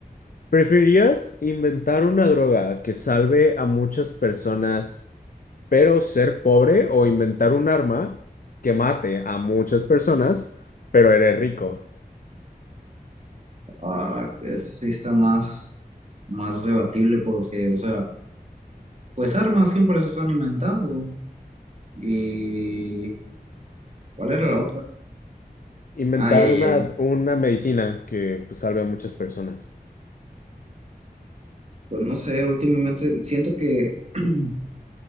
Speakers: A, on the left; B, on the right.
A: ¿Preferirías inventar una droga que salve a muchas personas, pero ser pobre, o inventar un arma que mate a muchas personas, pero eres rico?
B: ah, que es- sí está más, más debatible porque, o sea, pues armas siempre se están inventando. ¿Y cuál era la otra?
A: Inventar
B: Ah, ya, ya,
A: una,
B: ya.
A: una medicina que pues, salve a muchas personas.
B: Pues no sé, últimamente siento que <clears throat>